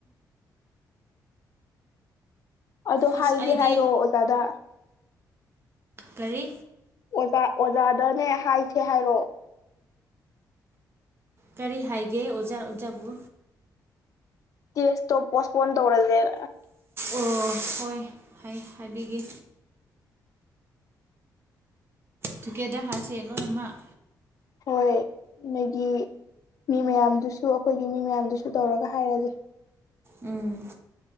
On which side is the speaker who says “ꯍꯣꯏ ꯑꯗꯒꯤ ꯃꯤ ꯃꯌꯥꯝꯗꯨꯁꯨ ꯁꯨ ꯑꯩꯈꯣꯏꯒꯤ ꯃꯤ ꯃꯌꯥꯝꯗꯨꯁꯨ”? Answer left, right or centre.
Left